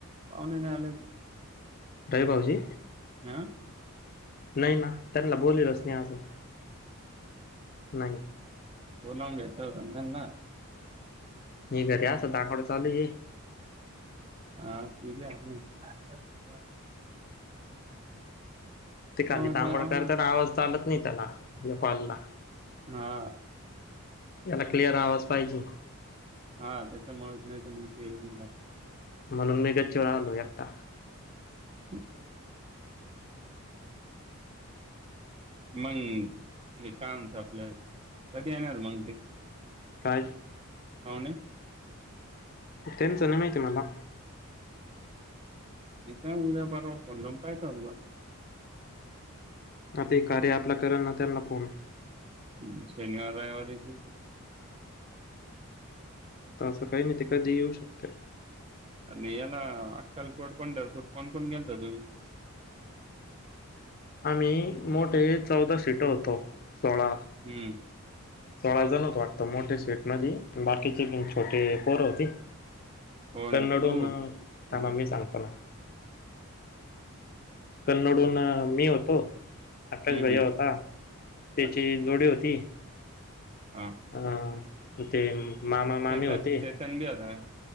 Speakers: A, on the right; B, on the left.
A: पावणे नाही आले की
B: दया भाऊजी
A: हं
B: नाही ना त्यांना बोलीवलच नाही अजून. नाही.
A: बोलावुन घ्यायच होत ना त्यांना.
B: हे क असं दाखवड चालू ये
A: अ <unintelligible>
B: ते काली
A: अ,
B: दांगड
A: आवडून
B: करताना आवाज चालत नाही त्याला या कॉलला
A: हा
B: याला क्लिअर आवाज पाहिजे.
A: हा त्याच मूळ नाही तर म्हण येऊन ज
B: म्हणून मी गच्चीवर आलो एकटा
A: ह मंग हे <unintelligible> आपलं कधी येणार मंग ते
B: कायच
A: अवन
B: तेनच नाय माहिती मला
A: तथ उद्याप फणलं पाय चाललं
B: आता हे कार्य ॲपला <unintelligible> फोन
A: हम् शनिवार रविवारीती त
B: त असं काय नाई न ते कधीही येऊ शकते
A: आणि याला अक्कलकोट पंढरपूर कोण कोण गेलता तुम्ही
B: आम्ही मोठे चौदा सीट होतो सोळा
A: हं,
B: सोळाचा जण मोठे सीट म्हणजी म बाकीचे म छोटे पोर होती
A: कोण
B: कन्नडून
A: तू?
B: थांबा
A: हं,
B: मी सांगतो ना कन्नडून न मी होतो आकाश भैया
A: हं.
B: होता त्याची
A: अच्छा
B: जोडी हुती
A: हां.
B: हं ते मामा मामी
A: चेतन
B: होते
A: चेतन बी होता काय?